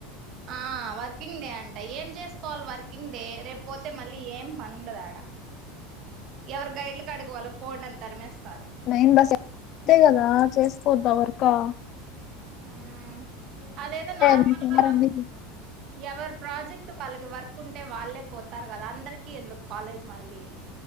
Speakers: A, on the right; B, on the left.
A: ఆ వర్కింగ్ డే అం ట ఏం చేసుకోవాలి వర్కింగ్ డే రేపు పోతే మళ్ళీ ఏం పనుండదు ఆడ ఎవరు గైడ్లకి ఆడుకోవాల పోండి అని తరిమేస్తారు
B: నైన్ బస్ అంతే కదా చేసుకోద్దా వర్కా
A: హ్మ్ అదేదో నార్మల్గా
B: మీ సార్ అన్ని
A: ఎవరి ప్రాజెక్ట్ వాళ్ళకి వర్క్ ఉంటే వాళ్ళే పోతారు కదా అందరికిీ ఎందుకు కాలేజ్ మళ్ళీ